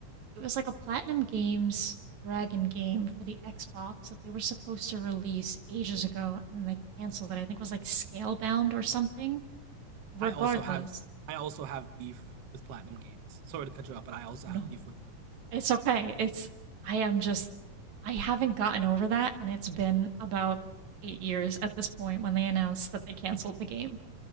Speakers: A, on the right (about 65°); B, on the right (about 85°).
A: It was like a Platinum Games Dragon game for the Xbox that they were supposed to release ages ago, and then they canceled it. I think it was like Scalebound or something. Regardless,
B: I also have I also have beef with Platinum Games. Sorry to cut you off, but I also
A: no.
B: have beef with them.
A: It's okay. It's I am just I haven't gotten over that and it's been about 8 years at this point when they announced that they canceled the game.